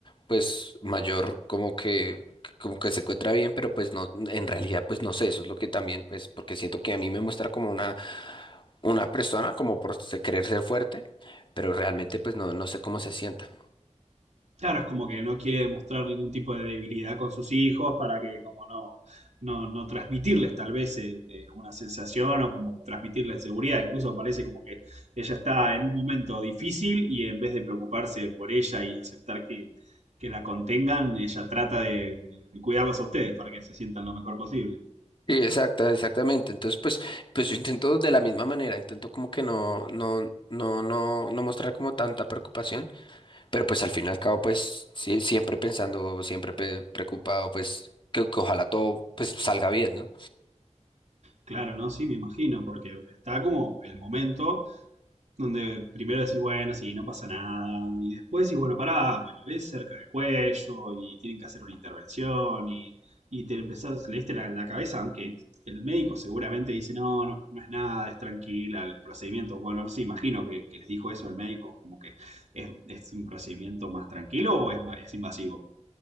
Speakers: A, on the left; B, on the right.
A: pues mayor como que como que se encuentra bien, pero pues no, en realidad pues no sé, eso es lo que también pues porque siento que a mí me muestra como una una persona como por se- querer ser fuerte, pero realmente pues no, no sé cómo se sienta.
B: Claro, es como que no quiere demostrar ningún tipo de debilidad con sus hijos para que como no, no, no transmitirles tal vez eh, eh, una sensación o como transmitirles seguridad. Incluso parece como que ella está en un momento difícil y en vez de preocuparse por ella y aceptar que, que la contengan, ella trata de, de- de cuidarlos a ustedes para que se sientan lo mejor posible.
A: Sí, exacta, exactamente. Entonces, pues, pues yo intento de la misma manera, intento como que no, no, no, no, no mostrar como tanta preocupación, Pero pues al fin y al cabo, pues sí, siempre pensando, siempre pe- preocupado, pues que, que ojalá todo pues salga bien, ¿no?
B: Claro, no, sí, me imagino, porque está como el momento donde primero decís, bueno, sí, no pasa nada, y después decís, bueno, pará, pero es cerca del cuello y tienen que hacer una intervención y, y te empezás, le diste la, la cabeza, aunque el médico seguramente dice, no, no, no es nada, es tranquila el procedimiento. Bueno, no sé, imagino que, que les dijo eso el médico, como que es, es un procedimiento más tranquilo o es, ma- es invasivo.